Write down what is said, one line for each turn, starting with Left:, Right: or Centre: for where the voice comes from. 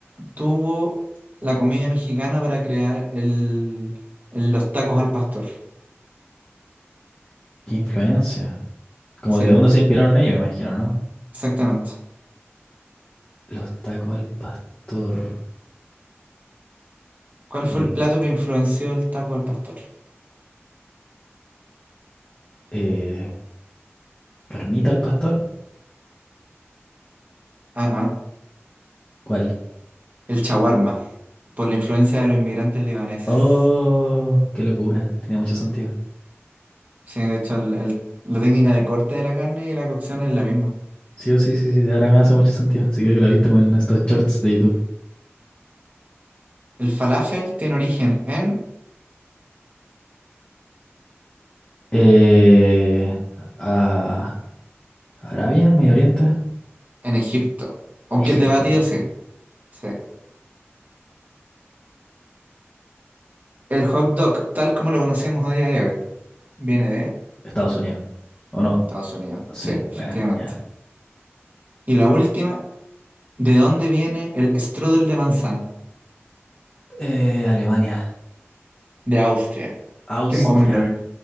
Right: tuvo la comida mexicana para crear el- el- los tacos al pastor?
Left: qué influencia. Como
Right: Sí,
Left: de dónde se inspiraron ellos, me imagino, ¿no?
Right: exactamente.
Left: Los tacos al pastor.
Right: ¿Cuál fue
Left: eh,
Right: el plato que influenció el taco al pastor?
Left: eh, ¿carnita al pastor?
Right: Ah, ah,
Left: ¿Cuál?
Right: el shawarma. por la influencia de los inmigrantes libaneses.
Left: Oh, qué locura, tiene mucho sentido.
Right: Sí, de hecho, el- el- la técnica de corte de la carne y la cocción es la misma.
Left: Sí, oh, sí, sí, sí, ahora me hace mucho sentido. Sí, creo que lo he visto con estos shorts de YouTube.
Right: El falafel tiene origen en,
Left: Eh, a Arabia, Medio Oriente,
Right: en Egipto, aunque
Left: Egipto,
Right: es debatido, sí. Sí. El hot dog, tal como lo conocemos a día de hoy, viene de
Left: Estados Unidos. ¿O no?
Right: Estados Unidos.
Left: Sí,
Right: Sí, efectivamente.
Left: bueno, ya.
Right: Y la última, ¿de dónde viene el strudel de manzana?
Left: Eh, Alemania,
Right: De Austria.
Left: Austria.
Right: Que es más o menos lo mismo.